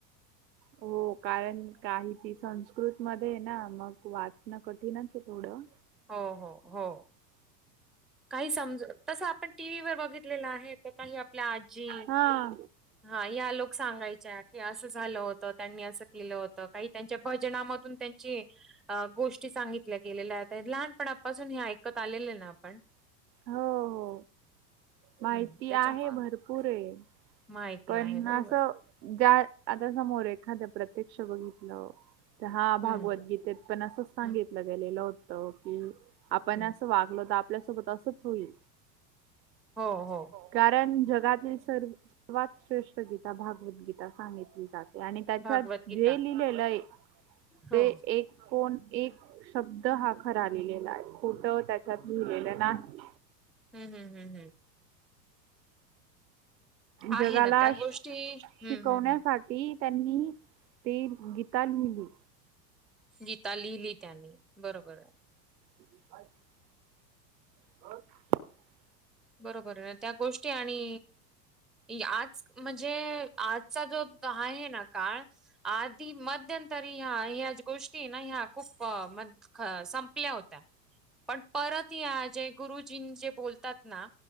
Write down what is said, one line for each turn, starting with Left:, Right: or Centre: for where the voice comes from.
Right: हो कारण काही त संस्कृत मध्ये ना मग वाचणं कठीणच आहे थोडं
Centre: हो हो हो. काही समज तसं आपण टीव्हीवर बघितलेलं आहे काही आपल्या आजी
Right: हा
Centre: हा या लोक सांगायच्या की असं झालं होतं त्यांनी असं केलं होतं काही त्यांच्या भजनामधून त्यांची अ गोष्टी सांगितल्या गेलेल्या आहेत आहेत लहानपणापासून हे ऐकत आलेले ना आपण
Right: हो हो माहिती
Centre: हम्म त्याच्यामुळे
Right: आहे भरपूर आहे.
Centre: माहिती
Right: पण
Centre: आहे बरोबर
Right: असं ज्या आता समोर एखाद्या प्रत्यक्ष बघितलं हा
Centre: हम्म
Right: भागवद्गीतेत ण अस सांगितलं
Centre: हम्म
Right: गेलेलं होत की आपण
Centre: हम्म
Right: अस वागलो तर आपल्यासोबत असच होईल.
Centre: हो हो.
Right: कारण जगातील सर्व सर्वात श्रेष्ठ गीता भागवद्गीता सांगितली जात. आणि त्याच्यात
Centre: भागवत गीता
Right: जे लिहिलेलं आहे ते
Centre: हो
Right: एक कोण एक शब्द हा खरा लिहिलेला आहे फोट त्याच्यात लिहिलेलं नाही.
Centre: हम् हम हम हम आहे
Right: जगाला
Centre: ना त्या
Right: शिकवण्यासाठी
Centre: गोष्टी हम्म हम्म हम्म
Right: ती त्यांनी ती गीता लिहिली.
Centre: गीता लिहिली त्यानी बरोबर आहे.
Right: अ <unintelligible> ह <inaudible>
Centre: बरोबर आहे त्या गोष्टी आणि आज म्हणजे आजचा जो आहे ना काळ आधी मध्यंतरी ह्या ह्याच गोष्टी ना ह्या खूप म संपल्या होत्या. पण परत या जे गुरुजी जे बोलतात ना